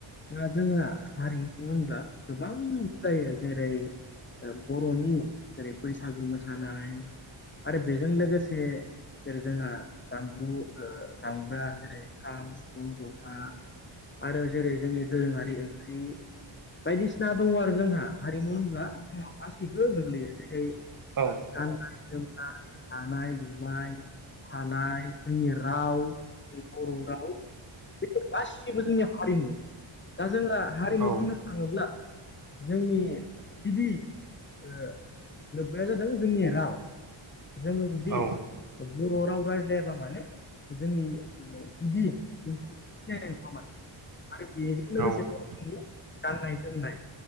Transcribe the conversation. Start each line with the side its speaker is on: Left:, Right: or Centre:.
Left: दा जोंहा हारिखौ होनब्ला गोबां जायो जेरै ओ बर'नि जेरै बैसागु मोसानाय आरो बेजों लोगोसे जेरै जोंहा दामग्रु ओ दामग्रा जेरै खाम सिफुं ज था आरो जेरै जोंनि दोरोङारि ओंख्रि बायदिसिना दङ आरो जोंहा हारिमु होनब्ला जोंनाव गासैबो गोग्लैयो जेरै
Right: औ
Left: गानाय जोमनाय दानाय लुबाय थानाय जोंनि राव बर' राव बेफोर गासिबो जोंनि हारिमु दा जोना हारिमु
Right: औ
Left: बुंनो थाङोब्ला जोंनि गिबि ओ लोब्बाया जादों जोंनि राव जोङो जुदि
Right: औ
Left: बर' राव रायज्लायाबा माने जोंनि गिबि सिनायनाय नङामोन आरो बेजों लोगोसे
Right: औ
Left: दङ जोंनि गाननाय-जोमनाय